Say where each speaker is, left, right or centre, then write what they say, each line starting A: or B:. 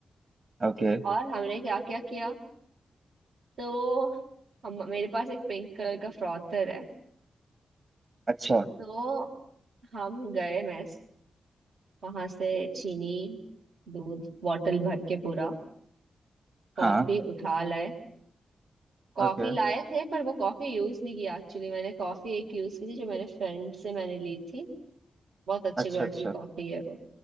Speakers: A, on the right; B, on the right.
A: ओके
B: और हमने क्या क्या किया तो हम मेरे पास एक पिंक कलर का फ्रॉथर है
A: अच्छा
B: तो हम गए मेस वहां से चीनी दूध बॉटल भर के पूरा कॉफी
A: हाँ
B: उठा लाए कॉफी
A: ओके
B: लाए थे पर वो कॉफी यूज नहीं किया एक्चुअली मैंने कॉफी एक यूज की थी जो मैंने फ्रेंड से मैंने ली थी बहुत अच्छी
A: अच्छा
B: क्वालिटी
A: अच्छा
B: की कॉफी है वो